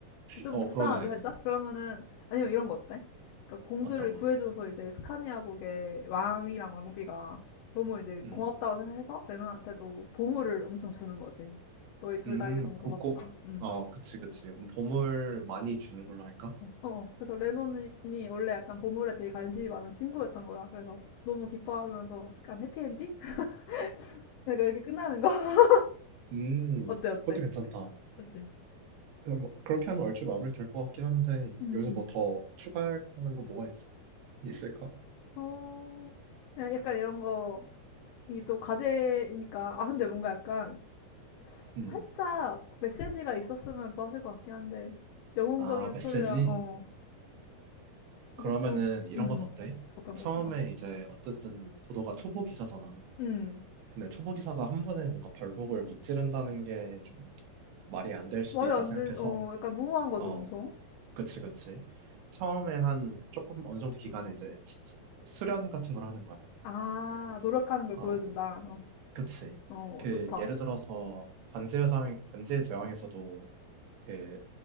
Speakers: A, on the left; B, on the right.
A: 좀
B: 어,
A: 불쌍한데
B: 그러네.
A: 살짝? 그러면은 아니면 이런 거 어때? 그러니까 공주를
B: 어떤가?
A: 구해줘서 이제 스카니아국의 왕이랑 왕비가 너무 이제
B: 음,
A: 고맙다고 생각해서 레논한테도 보물을 엄청 주는 거지. 너희 둘
B: 음,
A: 다에게 너무
B: 곱고,
A: 고맙다. 음.
B: 어, 그치, 그치. 그럼 보물 많이 주는 걸로 할까?
A: 어, 그래서 레논이 원래 약간 보물에 되게 관심이 많은 친구였던 거야. 그래서 너무 기뻐하면서 약간 해피엔딩? <laughs> 약간 이렇게 끝나는 거? <laughs>
B: 음,
A: 어때, 어때?
B: 그것도 괜찮다.
A: 그치?
B: 그럼 뭐 그렇게 하면 얼추 마무리 될 것 같긴 한데
A: 응
B: 여기서
A: 응
B: 뭐 더 추가하는 거 뭐가 있, 있을까?
A: 어, 그냥 약간 이런 거, 이게 또 과제니까. 아, 근데 뭔가 약간
B: 음.
A: 살짝 메시지가 있었으면 좋았을 것 같긴 한데 영웅적인
B: 아,
A: 스토리랑
B: 메시지?
A: 어
B: 그러면은
A: 이게 또
B: 이런
A: 음
B: 건 어때?
A: 어떤
B: 처음에
A: 것 같은
B: 이제 어쨌든 도도가 초보 기사잖아.
A: 거음
B: 근데 초보 기사가 한 번에 뭔가 발록을 무찌른다는 게 좀 말이 안 될 수도
A: 말이
B: 있다
A: 안돼어
B: 생각해서
A: 약간 무모한 거죠
B: 어,
A: 엄청
B: 그치, 그치. 처음에 한 조금 어느 정도 기간에 이제 수- 수- 수련 같은 걸 하는 거야.
A: 음음아 노력하는 걸 보여준다
B: 어,
A: 어,
B: 그치.
A: 어
B: 그
A: 좋다
B: 예를 들어서 반지의 제왕, 반지의 제왕에서도 그